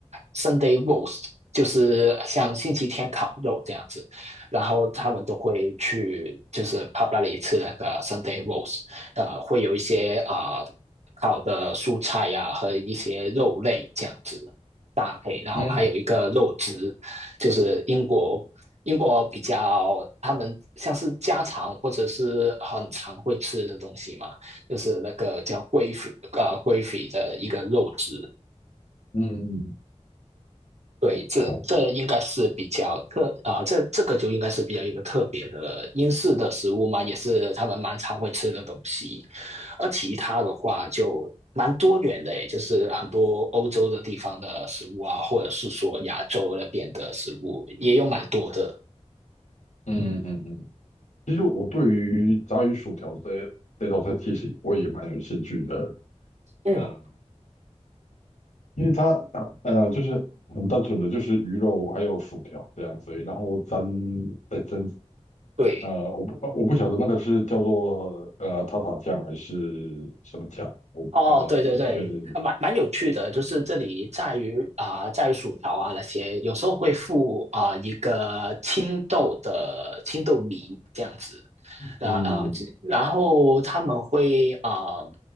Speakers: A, on the right; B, on the left.
A: Sunday roast，就是像星期天烤肉这样子，然后他们都会去就是 pub 那里吃那个 Sunday roast，呃，会有一些呃烤的蔬菜呀、啊和一些肉类这样子搭配，然后还有一个肉汁，
B: 嗯
A: 就是英国。英国比较，他们像是家常或者是很常会吃的东西嘛，就是那个叫龟肺呃龟肺的一个肉质。
B: 嗯嗯
A: 对，这这应该是比较特啊、
B: 哦，
A: 呃，这这个就应该是比较一个特别的英式的食物嘛，也是他们蛮常会吃的东西。而其他的话就蛮多元的，就是很多欧洲的地方的食物啊，或者是说亚洲那边的食物也有蛮多的。
B: 嗯嗯嗯，其实我对于炸鱼薯条这这道菜，其实我也蛮有兴趣的。
A: 嗯，
B: 嗯，因为它呃呃就是很单纯的就是鱼肉还有薯条这样子而已然后沾再沾
A: 对。
B: 呃，我不我不晓得那个是叫做呃塔塔酱还是什么酱，我呃我不确定。
A: 哦，对对对，啊蛮蛮有趣的，就是这里在于啊、呃在于薯条啊那些，有时候会附啊、呃一个青豆的青豆泥这样子。然呃，
B: 嗯
A: 然后他们会啊、呃